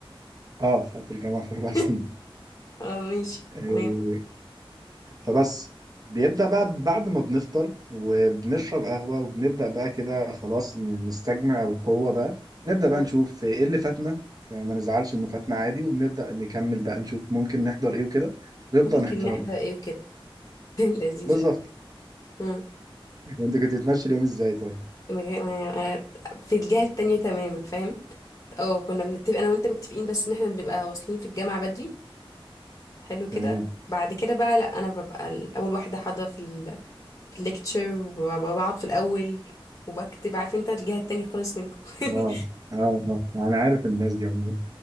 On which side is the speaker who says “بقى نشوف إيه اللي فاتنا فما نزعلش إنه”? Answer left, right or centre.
Right